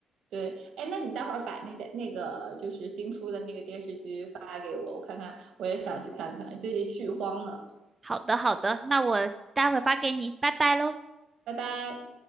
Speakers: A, on the right (about 70°); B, on the right (about 20°).
A: 对，哎，那你待会儿把那家那个就是新出的那个电视剧发给我，我看看，我也想去看看，最近剧荒呢。
B: 好的，好的，那我待会发给你，拜拜喽。
A: 拜拜。